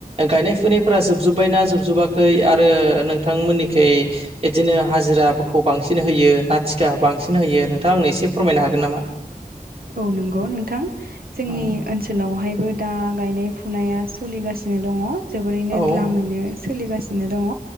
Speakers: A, on the right; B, on the right.
A: गायनाय फुनाय जोबजोबबायना जोबजोबाखै आरो नोंथांमोननिखि बिदिनो हाजिराखौ बांसिन होयो ना टिखाखौ बांसिन होयो नोंथां आंनो एसे फोरमायनो हागोन नामा?
B: औ नंगौ नोंथां जोंनि
A: उम
B: ओनसोलावहायबो दा गायनाय फुनाया सोलिगासिनो दङ जोबोरैनो
A: औ
B: लामैनो सोलिगासिनो दङ।